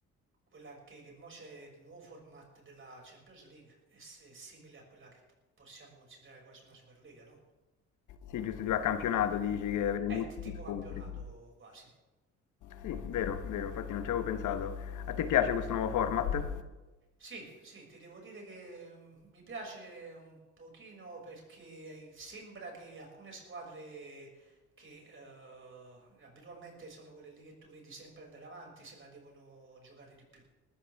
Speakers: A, on the right; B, on the left.
A: quella che, che mo c'è il nuovo format della Champions League è, s- è simile a quella che p- possiamo considerare quasi una Superlega, no?
B: Sì, giusto, di a campionato dici che avete
A: È
B: molti
A: t- tipo
B: più scontri.
A: campionato quasi.
B: Sì, vero, vero, infatti non ci avevo pensato. A te piace questo nuovo format?
A: Sì, sì, ti devo dire che mm, mi piace un pochino perché eh, sembra che alcune squadre che eh, abitualmente sono quelle lì che tu vedi sempre andare avanti se la devono giocare di più.